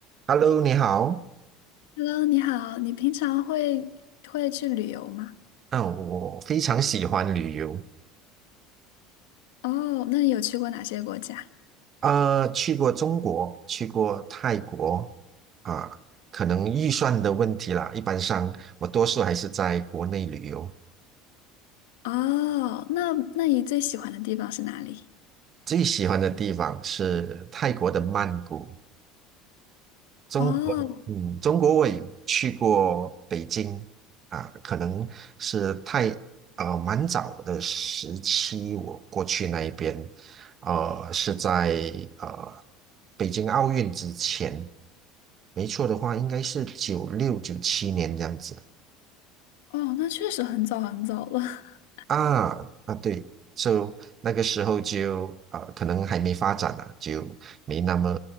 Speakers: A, on the right (about 35°); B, on the left (about 90°).
A: Hello，你好。
B: Hello，你好，你平常会会去旅游吗？
A: 嗯，我非常喜欢旅游。
B: 哦，那你有去过哪些国家？
A: 啊、去过中国，去过泰国，啊，可能预算的问题啦。一般上，我多数还是在国内旅游。
B: 哦，那那你最喜欢的地方是哪里？
A: 最喜欢的地方是泰国的曼谷。中国的，
B: 哦
A: 嗯，中国我也去过北京啊，可能是太呃蛮早的时期，我过去那一边，呃，是在呃北京奥运之前，没错的话，应该是九六九七年这样子。
B: 哦，那确实很早很早了。<laughs>
A: 啊啊，对，就那个时候就啊、呃可能还没发展啊，就没那么